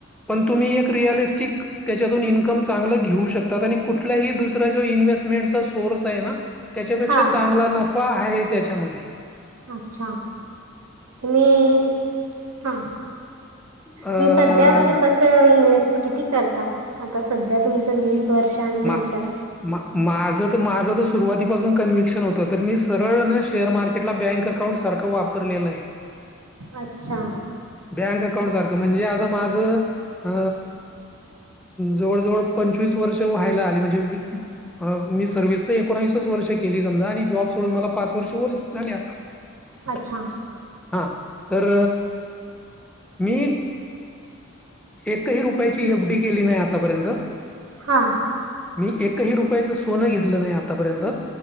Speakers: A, in the centre; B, on the right.
A: पण तुम्ही एक रिअलिस्टिक त्यांच्यातून इन्कम चांगलं घेऊ शकतात, आणि कुठलाही दुसरा जो इन्व्हेस्टमेंटचा सोर्स आहे ना त्यांच्यापेक्षा
B: हा
A: चांगला नफा हाय त्यांच्यामध्ये.
B: अच्छा तुम्ही हा
A: अ
B: की संध्या म्हणजे कसं च इन्व्हेस्ट किती करता आता संध्या तुमचं वीस वर्षांच
A: मा
B: हेच्यात.
A: माझं तर माझं तर सुरुवातीपासून कन्विक्शन होतं तर मी सरळ न शेअर मार्केटला बँक अकाउंट्स सारखं वापरलेलं हाय.
B: अच्छा
A: बँक अकाउंट सारखं म्हणजे आता माझं अ जवळ जवळ पंचवीस वर्ष व्हायला आली म्हणजे वी मी सर्व्हिस तर एकोणवीसच वर्ष केली समजा आणि जॉब सोडून मला पाच वर्ष उर झाली आता. <unintelligible>
B: अच्छा.
A: हा तर मी एकही रुपयाची एफ डी केली नाही आतापर्यंत.
B: हा.
A: मी एकही रुपयाचं सोनं घेतलं नाही आतापर्यंत